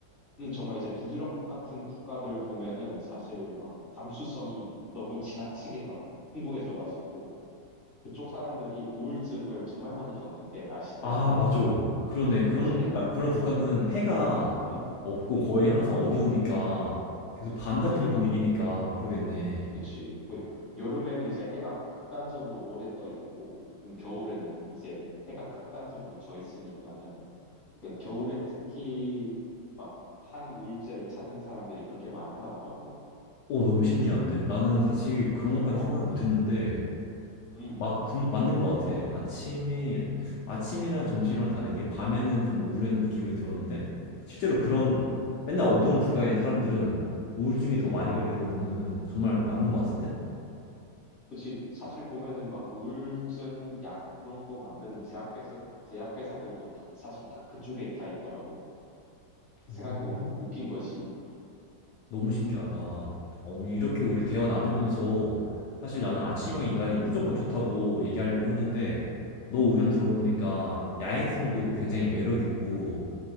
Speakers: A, on the left; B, on the left.
A: 음, 정말 이제 북유럽 같은 국가들 보면은 사실 막 감수성이 너무 지나치게 막 풍부해져 가지고 그쪽 사람들이 우울증을 정말 많이 겪는데 날씨 때문에
B: 아, 맞아. 그러네.
A: 어
B: 그런,
A: 맞아 해가
B: 나- 그런 국가는
A: 어
B: 해가
A: 음
B: 없고
A: 음
B: 거의 항상 어두우니까 계속 밤
A: 그
B: 같은
A: 되게 막
B: 분위기니까
A: 음.
B: 그러겠네.
A: 그치. 거의 여름에는 이제 해가 극단적으로 오래 떠 있고, 그럼 겨울에는 이제 해가 극단적으로 져 있으니까는, 그러니까 겨울에 특히 막 항우울제를 찾는 사람들이 그렇게 많다 하더라고.
B: 어, 너무 신기한데? 나는 사실 그런
A: 맞아.
B: 것까지
A: 어.
B: 생각을 못 했는데,
A: 음.
B: 막 든, 맞는 것 같아. 아침이,
A: 음.
B: 아침이랑 점심이랑
A: 음.
B: 다르게 밤에는 좀 우울한 기분이 들었는데, 실제로 그런
A: 음.
B: 맨날 어두운 국가의 사람들은 우울증이 더
A: 음.
B: 많이 걸리는 거 보면은 정말 맞는 것 같은데?
A: 그치. 사실 보면은 막 우울증 약 그런 거 만드는 제약회사, 제약회사들도 다- 사실 다 그쪽에 다 있더라고. 생각해
B: 음.
A: 보면은 웃긴 거지.
B: 너무 신기하다. 어, 이렇게
A: 음.
B: 우리 대화 나누면서 사실 나는
A: 음.
B: 아침형 인간이 무조건 좋다고 얘기하려고 했는데, 너 의견
A: 음.
B: 들어보니까 야행성도
A: 음.
B: 굉장히 매력 있고,